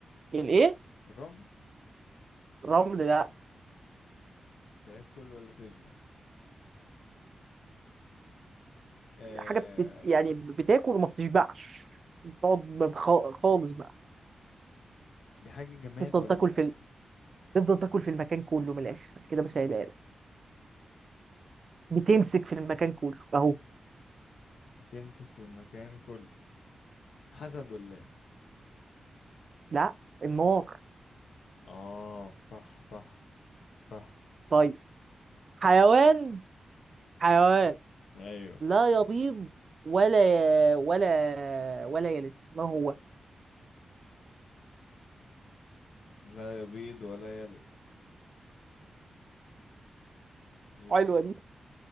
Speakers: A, on the right; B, on the left.
A: الايه؟
B: الرمل
A: الرمل ده
B: تاكل ولا تشبع آه...
A: حاجة بتت... يعني بتاكل وما بتشبعش بتقعد بخ- خالص بقى
B: دي حاجة جماد
A: تفضل
B: ولا
A: تاكل في تفضل تاكل في المكان كله من الاخر أنا كده بسهلها لك بتمسك في المكان كله اهو
B: بتمسك في المكان كله حسد ولا ايه
A: لا النار
B: اه صح صح صح
A: طيب حيوان حيوان
B: ايوه
A: لا يبيض ولا ولا ولا يلد ما هو
B: لا يبيض ولا يلد إيه.
A: حلوه دي